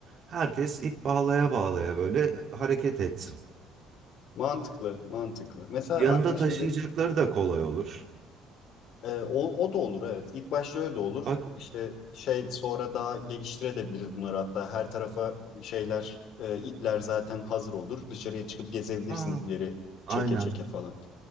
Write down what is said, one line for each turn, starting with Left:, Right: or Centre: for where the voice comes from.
Right: herkes ip bağlaya bağlaya böyle hareket etsin
Left: Mantıklı, mantıklı. Mesela
Right: yanında
Left: aklıma
Right: taşıyacakları
Left: şimdi
Right: da kolay olur
Left: E, o, o da olur evet. İlk başta öyle olur.
Right: bak
Left: İşte şey sonra daha geliştirebiliriz bunları hatta her tarafa şeyler e, ipler zaten hazır olur. Dışarıya çıkıp gezebilirsin
Right: Aa,
Left: ipleri
Right: Aynen.
Left: çeke çeke falan.